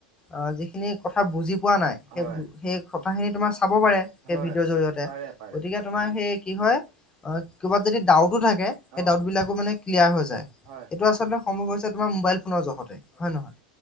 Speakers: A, on the left; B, on the right.
A: অ' যিখিনি কথা বুজি পোৱা নাই, সেই,
B: হয়,
A: সেই কথাখিনি তোমাৰ চাব পাৰে সেই
B: হয়,
A: ভিডিঅ'ৰ জৰিয়তে
B: পাৰে, পাৰে,
A: গতিকে তোমাৰ সেই কি হয়, অ' কৰবাত যদি ডাউতো থাকে সেই
B: অ',
A: ডাউট বিলাকো মানে ক্লিয়াৰ হৈ যায়।
B: হয়,
A: এইটো
B: হয়।
A: আচলতে সম্ভৱ হৈছে তোমাৰ মোবাইল ফোনৰ জহতে হয়, নহয়?